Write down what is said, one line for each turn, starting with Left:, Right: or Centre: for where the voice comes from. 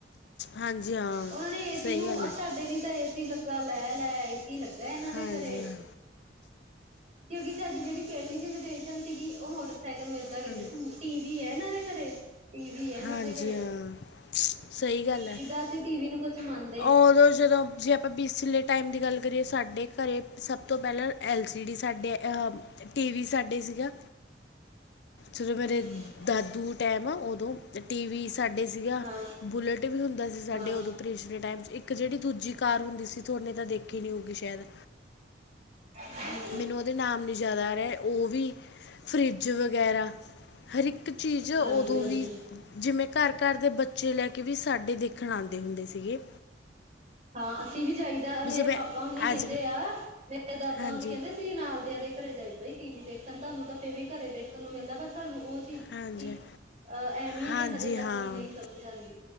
Left: ਹਾਂਜੀ ਹਾਂ
Right: ਉਹਨਾਂ ਨੇ ਏਸੀ
Left: ਸਹੀ
Right: ਨੂੰ
Left: ਗੱਲ
Right: ਅ
Left: ਹੈ
Right: ਸਾਡੇ ਲਈ ਤਾਂ ਏਸੀ ਲੱ ਗਾ ਲੈ ਲੈ ਏਸੀ ਲੱਗਾ ਇਹਨਾਂ ਦੇ
Left: ਹਾਂਜੀ
Right: ਘਰੇ
Left: ਹਾਂ
Right: ਕਿਉਂਕਿ ਸਾਡੀ ਜਿਹੜੀ ਪਹਿਲੀ ਜਨਰੇਸ਼ਨ ਸੀਗੀ ਉਹ ਮੋਟਰਸਾਈਕਲ ਨੂੰ ਏਦਾਂ ਕਹਿੰਦੇ
Left: ਹਾਂਜੀ
Right: ਸੀ ਮ ਟੀਵੀ ਐ ਇਹਨਾ ਦੇ ਘਰੇ ਟੀ ਵੀ ਹੈ ਇਹਨਾਂ
Left: ਹਾਂਜੀ
Right: ਦੇ ਘਰੇ
Left: ਹਾਂ ਸਹੀ ਗੱਲ ਐ
Right: ਜਿੱਦਾਂ ਅਸੀਂ ਟੀਵੀ ਨੂੰ ਕੁਛ ਮੰਨ
Left: ਉਦੋਂ ਜਦੋਂ ਜੇ ਆਪਾਂ ਪਿਸਲੇ ਟਾਇਮ ਦੀ ਗੱਲ ਕਰੀਏ ਸਾਡੇ ਘਰ ਸਭ ਤੋਂ ਪਹਿਲਾਂ ਐਲ ਸੀਡੀ ਸਾਡੇ ਅ ਟੀ ਵੀ ਸਾਡੇ ਸੀਗਾ ਜਦੋਂ ਮੇਰੇ
Right: ਹਮ
Left: ਦਾਦੂ ਟੈਮ ਉਦੋਂ ਟੀਵੀ ਸਾਡੇ ਸੀਗਾ
Right: ਹਾਂ
Left: ਬੁਲੇਟ ਵੀ ਹੁੰਦਾ ਸੀ ਸਾਡੇ
Right: ਹਾਂ
Left: ਉਦੋਂ ਪਰੇਸਨੇ ਟੈਮ ਇੱਕ ਜਿਹੜੀ ਦੂਜੀ ਕਾਰ ਹੁੰਦੀ ਸੀ ਥੋਨੇ ਤਾਂ ਦੇਖੀ ਨੀ ਹੋਊਗੀ ਸ਼ੈਦ
Right: <unintelligible>
Left: ਮੈਨੂੰ ਉਹਦੇ ਨਾਮ ਨੀ ਯਾਦ ਆ ਰਿਹਾ ਉਹ ਵੀ ਫਰਿੱਜ ਵਗੈਰਾ ਹਰ ਇਕ ਚੀਜ਼ ਉਦੋਂ
Right: ਹਾਂਜੀ ਹਾਂਜੀ
Left: ਵੀ ਜਿਵੇਂ ਘਰ ਘਰ ਦੇ ਬੱਚੇ ਲੈਕੇ ਵੀ ਸਾਡੇ ਦੇਖਣ ਆਦੇ ਹੁੰਦੇ ਸੀਗੇ
Right: ਹਾਂ ਅਸੀਂ ਵੀ ਜਾਈ
Left: ਵੀ
Right: ਮੇਰੇ
Left: ਜਿਵੇਂ
Right: ਪਾਪਾ ਹੋਨੀ ਕਹਿੰਦੇ
Left: ਅੱਜ ਕੱਲ੍ਹ
Right: ਆ ਮੇਰੇ ਦਾਦਾ
Left: ਹਾਂਜੀ,
Right: ਹੋਨੀ ਕਹਿੰਦੇ ਸੀਂ ਨਾਲਦਿਆਂ ਦੇ ਘਰੇ ਜਾਈ <unintelligible> ਟੀਵੀ ਦੇਖਣ ਤੁਹਾਨੂੰ ਤਾਂ ਫੇਰ ਵੀ ਘਰੇ ਦੇਖਣ ਨੂੰ ਮਿਲਦਾ ਪਰ ਸਾਨੂੰ ਉਹ ਚੀਜ
Left: ਹਾਂਜੀ,
Right: ਦੀ ਅ ਅਹਿਮੀਅਤ
Left: ਹਾਂਜੀ
Right: ਹਜੇ ਤੱਕ
Left: ਹਾਂ,
Right: ਵੀ ਨਹੀ ਸਮਝ ਆਂਦੀ